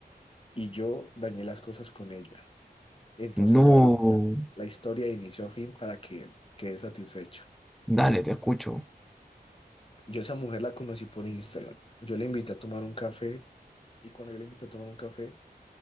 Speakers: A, on the left; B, in the centre.
A: y yo dañé las cosas con ella. Entonces
B: No,
A: estaba con la, la historia de inicio a fin para que quede satisfecho.
B: dale, te escucho.
A: Yo a esa mujer la conocí por Instagram. Yo le invité a tomar un café y cuando yo le invité a tomar un café,